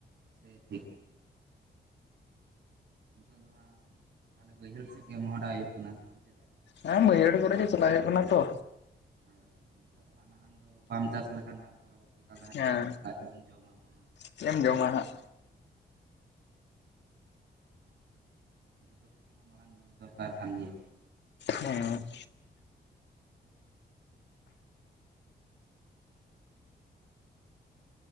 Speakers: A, on the right; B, on the left.
A: ᱥᱮ ᱴᱷᱤᱠ ᱱᱤᱛᱚᱝ ᱫᱚ ᱦᱟᱸᱜ ᱛᱟᱦᱚᱞᱮ ᱵᱟᱹᱭᱦᱟᱹᱲ ᱥᱮᱫ ᱜᱮ ᱢᱚᱦᱚᱰᱟ ᱦᱩᱭᱩᱜ ᱠᱟᱱᱟ ᱥᱮ ᱪᱮᱫᱟᱜ
B: ᱦᱮᱸ ᱵᱟᱹᱭᱦᱟᱹᱲ ᱠᱚᱨᱮ ᱜᱮ ᱪᱟᱞᱟᱜ ᱦᱩᱭᱩᱜ ᱠᱟᱱᱟ ᱛᱚ
A: ᱦᱳᱭ ᱦᱳᱭ ᱱᱤᱛᱚᱜ ᱫᱚ ᱦᱟᱸᱜ ᱱᱟᱦᱟᱝ ᱫᱚ ᱵᱟᱢ ᱪᱟᱥ ᱞᱮᱠᱷᱟᱱ ᱦᱟᱸᱜ <inaudible> ᱟᱫᱚ ᱦᱟᱸᱜ
B: ᱦᱮᱸ
A: ᱪᱮᱫ ᱞᱟᱡ ᱨᱮᱵᱚᱱ ᱡᱚᱢᱟ <unintelligible>
B: ᱪᱮᱫ ᱮᱢ ᱡᱚᱢᱟ ᱦᱟᱸᱜ
A: ᱡᱚᱛᱚ ᱥᱮᱫ ᱠᱷᱚᱱᱟᱜ ᱢᱟᱲᱟᱝ ᱧᱮᱞ ᱫᱚᱨᱠᱟᱨ ᱠᱟᱱ ᱜᱮᱭᱟ
B: ᱦᱮᱸ